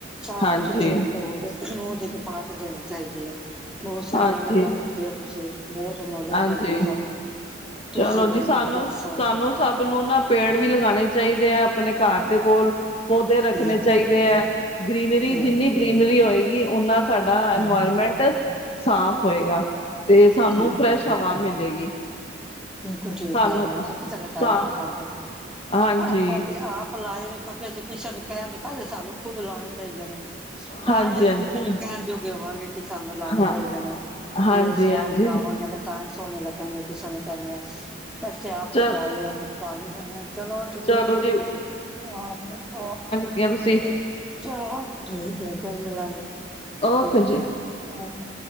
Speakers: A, in the centre; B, on the left.
A: ਸਾਫ-ਸੁਥਰੇ
B: ਹਾਂਜੀ
A: ਹੋ ਓ ਦੇ ਕਚ ਪਾ ਕੇ ਦੇਣੇ ਚਾਈਦੇ ਐ ਬੋਤ ਸਿਆਣੀਆਂ
B: ਹਾਂਜੀ
A: ਗੱਲਾਂ ਕਰਦੇ ਓ ਤੁਸੀਂ। ਬੋਤ ਨੋਲੇਜ ਦਿੰਦੇ
B: ਹਾਂਜੀ
A: ਓ ਸਾਨੂੰ ਤੁਸੀਂ
B: ਚਲੋ
A: ਬਾਈ
B: ਜੀ ਸਾਨੂੰ
A: ਅਕਸਰ
B: ਸਾਨੂੰ ਸਭ ਨੂੰ ਨਾ ਪੇੜ ਵੀ ਲਗਾਣੇ ਚਾਈਦੇ ਐ ਆਪਣੇ ਕਾਰ ਦੇ ਕੋਲ ਪੌਦੇ ਰੱਖਣੇ
A: ਠੀਕ
B: ਚਾਈਦੇ
A: ਹੈ
B: ਐ ਗਰੀਨਰੀ
A: ਠੀਕ
B: ਜਿੰਨੀ ਗ੍ਰੀਨਰੀ ਹੋਏਗੀ ਓਨਾਂ ਸਾਡਾ ਇਨਵਾਇਰਮੈਂਟ
A: ਹਮ
B: ਸਾਫ਼ ਹੋਏਗਾ ਤੇ ਸਾਨੂੰ
A: ਠੀਕ
B: ਫਰੈਸ਼ ਹਵਾ ਮਿਲੇਗੀ।
A: ਬਿਲਕੁੱਲ ਠੀਕ
B: ਸਾਨੂੰ
A: ਕੈ ਰੇ ਓ ਅਸੀ ਤਾ ਲਗਾਏ
B: ਹਾਂ
A: ਆ ਹੋਏ ਨੇ‌ ਪੌਦੇ
B: ਹਾਂਜੀ
A: ਅਪਾਂ ਤੇ ਆਪ ਪ ਲਾਏ ਨੇ ਕਿਉਂਕਿ ਅਸੀਂ ਕਿਸਾ ਦੇ ਕੈਣ ਤੋਂ ਪੈਲੇ ਸਾਨੂੰ ਖੁਦ ਲਾਣੇ ਚਾਈਦੇ ਨੇ। ਤਾਂ
B: ਹਾਂਜੀ
A: ਈ ਅਸੀਂ
B: ਹਾਂਜੀ
A: ਕਿਸੇ ਨੂੰ ਕੈਣ ਜੋਗੇ ਹੋਵਾਂਗੇ ਕਿ ਸਾਨੂੰ ਲਾਨੇ
B: ਹਾਂ
A: ਚਾਈਦੇ ਨੇ।
B: ਹਾਂਜੀ
A: ਜੇ ਅਸੀਂ
B: ਹਾਂਜੀ
A: ਆਪ ਲਾਵਾਂਗੇ ਤਾਂ ਈ ਸੋਣੇ ਲੱਗਾਂਗੇ ਕਿਸੇ ਨੂੰ ਕੈਨੇ ਆ। ਅਸੀਂ ਤਾ ਆਪ
B: ਚ
A: ਲਗਾਏ ਹੋਏ ਨੇ ਪਾਣੀ ਦੇਨਾ ਚਲੋ ਠੀਕ
B: ਚਲੋ
A: ਐ
B: ਜੀ
A: ਓਕੇ-ਓਕੇ।
B: ਵਧੀਆ ਤੁਸੀ
A: ਚਲੋ ਠੀਕ ਐ ਫੇਰ ਮਿਲਾਂਗੇ
B: ਓਕੇ
A: ਠੀਕ
B: ਜੀ
A: ਓਕੇ।